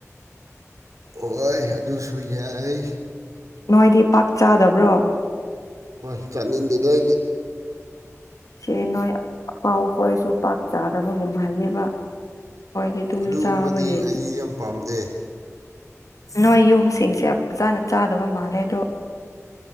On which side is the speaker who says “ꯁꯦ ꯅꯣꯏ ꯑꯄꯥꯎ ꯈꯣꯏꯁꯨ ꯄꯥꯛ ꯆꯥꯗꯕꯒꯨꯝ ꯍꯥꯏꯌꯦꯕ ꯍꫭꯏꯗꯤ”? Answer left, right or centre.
Left